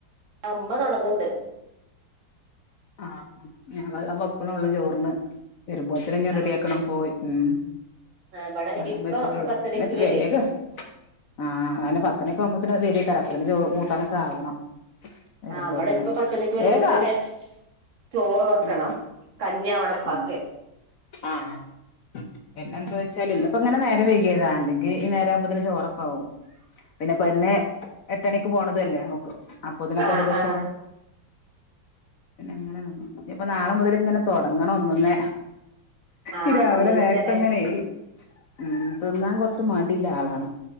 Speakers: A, on the right; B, on the left.
A: ഉമ്മ തൊടങ്ങ്ണ്ട്
B: ആഹ് ആഹ് ഞാ വെള്ളം വെക്കണോള്ളൂ ചോറിന് വെരുമ്പോത്തിന് ഇഞ്ഞ്
A: ആഹ്
B: റെഡി ആക്കണം പോയി ഉം
A: ഇവിടെ
B: വെള്ളം
A: ഇപ്പ
B: വെച്ചിട്ടോള്ളു
A: പത്തരക്ക്
B: <unintelligible>
A: വരേ
B: വേഗ് ആഹ് അത് പിന്നെ പത്തണിഒക്കെ ആവുമ്പോത്തിന് വെരെയ്കാരം അപ്പോത്തിന് ചോറും കൂട്ടാനൊക്കെ ആവണം വരുമ്പോത്തിന്
A: ആഹ് ഇബടെ ഇപ്പ പത്തണിക്ക് വെരുമ്പ
B: വേഗാ
A: തന്നെ ചോറ് വെക്കണം
B: ഉം
A: കഞ്ഞി ആവണം ഇപ്പാക്ക്
B: ഉം ആഹ് പിന്നെ എന്താ വെച്ചാല് ഇന്ന് ഇപ്പ ഇങ്ങനെ നേരെം വെയ്കിയതാ അല്ലെങ്കി ഈ നേര ആവുമ്പോത്തിന് ചോറൊക്കെ ആവും പിന്നെ പെണ്ണ് എട്ടണിക്ക് പോണതും അല്ലേ ഓക്ക് അപ്പോത്തിനൊക്കെ
A: ആ
B: ഏകദേശം
A: ആ ആ
B: ഒക്കെ പിന്നെ ഇങ്ങനെ നിന്നു ഇഞ്പ്പ നാളെ മുതല് ഇങ്ങനെ തൊടങ്ങണം ഒന്ന്ന്ന്
A: ആ
B: ഈ രാവിലെ
A: ഒന്നുങ്ങന്നല്ലേ
B: നേരത്തെ ഇങ്ങനെയ് ഇ ഉം തിന്നാൻ കൊർച്ച് മടില്ല ആളാണ്